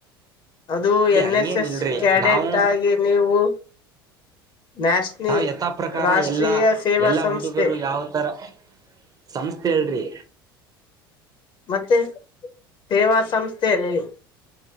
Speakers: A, on the left; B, on the right.
A: ಅದು
B: ಏ
A: ಎನ್
B: ಹಂಗೇನ್
A: ಎಸ್ ಎಸ್
B: ಇಲ್ರಿ
A: ಕ್ಯಾಡೆಟ್
B: ನಾವು
A: ಆಗಿ ನೀವು ನ್ಯಾಷನಿ
B: ನಾವ ಯಥಾ ಪ್ರಕಾರ
A: ರಾಷ್ಟ್ರೀಯ
B: ಎಲ್ಲಾ
A: ಸೇವಾ
B: ಎಲ್ಲಾ
A: ಸಂಸ್ಥೆ
B: ಹುಡುಗರು ಯಾವ ತರ ಸಂಸ್ಥೆ ಹೇಳ್ರಿ
A: ಮತ್ತೆ ಸೇವಾ ಸಂಸ್ಥೆೆಯಲ್ಲಿ